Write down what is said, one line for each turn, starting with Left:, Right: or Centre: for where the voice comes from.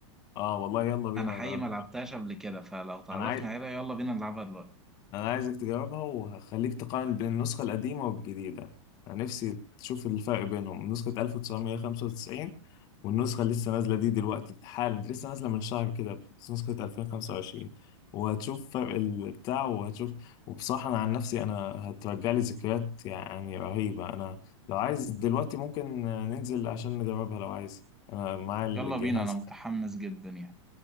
Left: اه والله يلا بينا
Centre: أنا حقيقي
Left: انا
Centre: ما لعبتهاش قبل كده فلو تعرفنا
Left: انا عايز
Centre: عليها يلا بينا نلعبها دلوقتي
Left: انا عايزك تجربها وهخليك تقارن بين النسخة القديمة والجديدة انا نفسي تشوف الفرق بينهم نسخة 1995 والنسخة اللي لسه نازلة دي دلوقتي حالا دي لسه نازلة من شهر كده نسخة 2025 وهتشوف فرق البتاع وهتشوف وبصراحة أنا عن نفسي أنا هترجع لي ذكريات يعني رهيبة أنا لو عايز دلوقتي ممكن ننزل عشان نجربها لو عايز أنا معايا الجهاز
Centre: يلا بينا أنا متحمس
Left: ده
Centre: جدا يعني